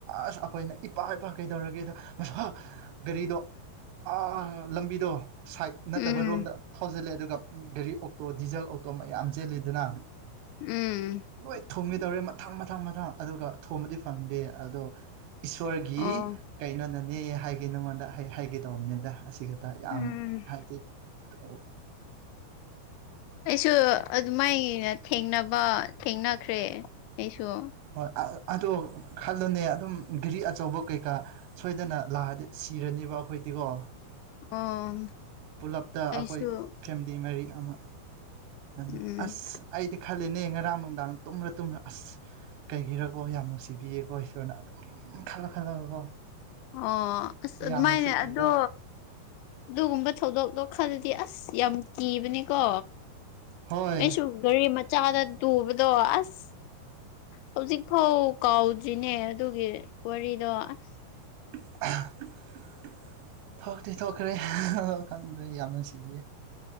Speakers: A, on the right; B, on the left.
A: ꯑꯁ ꯑꯈꯣꯏꯅ ꯏꯄꯥ ꯏꯄꯥ ꯀꯩꯗꯧꯔꯒꯦꯗ ꯃꯁꯥ ꯒꯥꯔꯤꯗꯣ ꯑꯥ ꯂꯝꯕꯤꯗꯣ ꯁꯥꯏꯠ ꯅꯠꯇꯕ
B: ꯎꯝ
A: ꯔꯣꯝꯗ ꯊꯥꯎꯖꯤꯜꯂꯦ ꯑꯗꯨꯒ ꯒꯥꯔꯤ ꯑꯣꯛꯇꯣ ꯗꯤꯖꯜ ꯑꯣꯛꯇꯣ ꯃꯌꯥꯝ ꯆꯦꯜꯂꯤꯗꯅ
B: ꯎꯝ
A: ꯂꯣꯏ ꯊꯨꯝꯒꯦ ꯇꯧꯔꯦ ꯃꯊꯪ ꯃꯊꯪ ꯃꯊꯪ ꯑꯗꯨꯒ ꯊꯣꯕꯗꯤ ꯐꯪꯗꯦ ꯑꯗꯣ ꯏꯁꯣꯔꯒꯤ
B: ꯑꯣ
A: ꯀꯩꯅꯣꯅꯅꯦ ꯍꯥꯏꯒꯦ ꯅꯉꯣꯟꯗ ꯍꯥꯏꯒꯦ ꯇꯧꯝꯅꯤꯗ ꯑꯁꯤꯒ ꯗ ꯌꯥꯝ
B: ꯎꯝ
A: ꯍꯥꯏꯗꯤ <unintelligible>
B: ꯑꯩꯁꯨ ꯑꯗꯨꯃꯥꯏꯅ ꯊꯦꯡꯅꯕ ꯊꯦꯡꯅꯈ꯭ꯔꯦ ꯑꯩꯁꯨ
A: ꯍꯣꯏ ꯑ ꯑꯗꯣ ꯈꯜꯂꯣꯅꯦ ꯑꯗꯨꯝ ꯒꯔꯤ ꯑꯆꯧꯕ ꯀꯩꯀꯥ ꯁꯣꯏꯗꯅ ꯂꯥꯛꯑꯗꯤ ꯁꯤꯔꯅꯤꯕ ꯑꯩꯈꯣꯏꯗꯤꯀꯣ
B: ꯑꯣ
A: ꯄꯨꯂꯞꯇ
B: ꯑꯩꯁꯨ
A: ꯑꯈꯣꯏ ꯐꯦꯝ <unintelligible> ꯃꯔꯤ ꯑꯃ ꯅ
B: ꯎꯝ
A: ꯑꯁ ꯑꯩꯗꯤ ꯈꯜꯂꯤꯅꯦ ꯉꯔꯥꯡ ꯅꯨꯡꯗꯥꯡ ꯇꯨꯝ꯭ꯔ ꯇꯨꯝꯔ ꯑꯁ ꯀꯩꯒꯤꯔꯒꯣ ꯌꯥꯝ ꯅꯨꯡꯁꯤꯕꯤꯌꯦꯀꯣ ꯏꯁꯣꯔꯅ ꯑꯗꯨꯝ ꯈꯜꯂ ꯈꯜꯂꯒꯀꯣ
B: ꯑꯣ ꯑꯁ
A: ꯌꯥꯝꯅꯁꯨ
B: ꯑꯗꯨꯃꯥꯏꯅꯦ
A: ꯀꯤꯕ
B: ꯑꯗꯣ ꯑꯗꯨꯒꯨꯝꯕ ꯊꯧꯗꯣꯛꯇꯣ ꯈꯔꯂꯗꯤ ꯑꯁ ꯌꯥꯝ ꯀꯤꯕꯅꯤꯀꯣ
A: ꯍꯣꯏ
B: ꯑꯩꯁꯨ ꯒꯥꯔꯤ ꯃꯆꯥꯗ ꯇꯨꯕꯗꯣ ꯑꯁ ꯍꯧꯖꯤꯛ ꯐꯥꯎ ꯀꯥꯎꯗ꯭ꯔꯤꯅꯦ ꯑꯗꯨꯒꯤ ꯋꯥꯔꯤꯗꯣ ꯑꯁ
A: <unintelligible> ꯊꯣꯛꯇꯤ ꯊꯣꯛꯈ꯭ꯔꯦ ꯑꯗꯣ ꯈꯪꯗ꯭ꯔꯦ ꯌꯥꯝ ꯅꯨꯡꯁꯤꯕꯤꯌꯦ